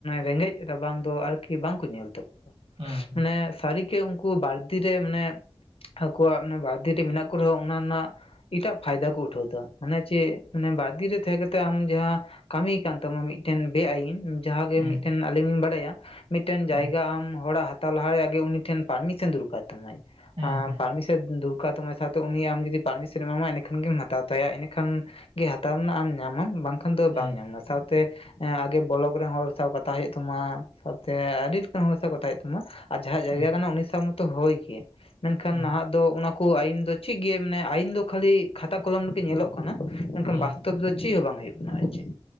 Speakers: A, on the left (about 70°); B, on the right (about 75°).
A: ᱨᱮᱸᱜᱮᱡ ᱨᱟᱵᱟᱝ ᱫᱚ ᱟᱨ ᱠᱤ ᱵᱟᱝᱠᱚ ᱧᱮᱞ ᱛᱟᱠᱚᱣᱟ,
B: ᱦᱩᱸ ᱦᱩᱸ
A: ᱢᱟᱱᱮ ᱥᱟᱹᱨᱤ ᱜᱮ ᱩᱱᱠᱩ ᱵᱟᱲᱫᱤᱨᱮ ᱢᱟᱱᱮ ᱟᱠᱚᱣᱟᱜ ᱵᱟᱨ ᱫᱤᱴᱤ ᱨᱮ ᱢᱮᱱᱟᱜ ᱠᱚ ᱨᱮᱦᱚᱸ ᱚᱱᱟ ᱨᱮᱱᱟᱜ ᱮᱴᱟᱜ ᱯᱷᱟᱭᱫᱟ ᱠᱩ ᱩᱴᱷᱟᱹᱣ ᱫᱟ ᱢᱟᱱᱮ ᱪᱮᱫ ᱵᱟᱨ ᱫᱤᱱ ᱨᱮ ᱛᱟᱦᱮᱸ ᱠᱟᱛᱮ ᱟᱢ ᱡᱟᱦᱟᱸ ᱠᱟᱹᱢᱤ ᱠᱟᱱ ᱛᱟᱢᱟ ᱢᱤᱫᱴᱮᱱ ᱵᱮ ᱟᱭᱤᱱ ᱡᱟᱦᱟᱸ ᱜᱮ
B: ᱦᱩᱸ
A: ᱢᱤᱫᱴᱮᱱ ᱟᱞᱤᱧ ᱞᱤᱧ ᱵᱟᱲᱟᱭᱟ ᱢᱤᱫᱴᱮᱱ ᱡᱟᱭᱜᱟ
B: ᱦᱩᱸ
A: ᱟᱢ ᱦᱚᱲᱟᱜ ᱦᱟᱛᱟᱣ ᱞᱟᱦᱟᱨᱮ ᱟᱜᱮ ᱩᱱᱤᱴᱷᱮᱱ ᱯᱟᱨᱢᱤᱥᱮᱱ ᱫᱚᱨᱠᱟᱨ ᱛᱟᱢᱟᱭ
B: ᱦᱩᱸ ᱦᱩᱸ
A: ᱟᱨ
B: ᱦᱩᱸ
A: ᱯᱟᱨᱢᱚᱱ ᱫᱚᱨᱠᱟᱟᱨ ᱛᱟᱢᱟ ᱥᱟᱶᱛᱮ ᱩᱱᱤ ᱟᱢ ᱡᱩᱫᱤ ᱯᱟᱨᱢᱤᱥᱮᱱ ᱮᱢᱟᱢᱟ ᱮᱸᱰᱮᱠᱷᱟᱱ ᱜᱮᱢ ᱦᱟᱛᱟᱣ ᱛᱟᱭᱟ ᱤᱱᱟᱹ ᱠᱷᱟᱱ ᱜᱮ ᱦᱟᱛᱟᱣ ᱨᱮᱱᱟᱜ ᱟᱢ ᱧᱟᱢᱟᱢ ᱵᱟᱝ ᱠᱷᱟᱱ ᱫᱚ
B: ᱦᱩᱸ
A: ᱵᱟᱢ ᱧᱟᱢᱟ ᱥᱟᱶᱛᱮ ᱦᱮᱸ ᱟᱜᱮ ᱵᱽᱞᱳᱠ ᱨᱮᱱ ᱦᱚᱲ ᱥᱟᱶ ᱠᱟᱛᱷᱟ ᱦᱩᱭᱩᱜ ᱛᱟᱢᱟ ᱥᱟᱶᱛᱮ ᱟᱹᱰᱤ ᱞᱮᱠᱟᱱ ᱦᱚᱲ ᱥᱟᱶ ᱠᱟᱛᱷᱟ ᱦᱩᱭᱩᱜ ᱛᱟᱢᱟ᱾ ᱟᱨ ᱡᱟᱦᱟᱸᱭᱟᱜ
B: ᱦᱩᱸ
A: ᱡᱟᱭᱜᱟ ᱠᱟᱱᱟ ᱩᱱᱤ ᱥᱟᱶ ᱢᱚᱛᱚ ᱦᱳᱭ ᱜᱮ ᱢᱮᱱᱠᱷᱟᱱ
B: ᱦᱩᱸ
A: ᱱᱟᱦᱟᱜ ᱫᱚ ᱚᱱᱟ ᱠᱚ ᱟᱹᱭᱤᱱ ᱫᱚ ᱪᱮᱫ ᱜᱮ ᱢᱟᱱᱮ ᱟᱹᱭᱤᱱ ᱫᱚ ᱠᱷᱟᱹᱞᱤ ᱠᱷᱟᱛᱟ ᱠᱚᱞᱚᱢ ᱨᱮᱜᱮ ᱧᱮᱞᱚᱜ ᱠᱟᱱᱟ ᱢᱮᱱᱠᱷᱟᱱ
B: ᱦᱩᱸ
A: ᱵᱟᱥᱛᱚᱵᱽ ᱫᱚ ᱪᱮᱫ ᱦᱚᱸ ᱵᱟᱝ ᱦᱩᱭᱩᱜ ᱠᱟᱱᱟ ᱟᱨ ᱪᱮᱫ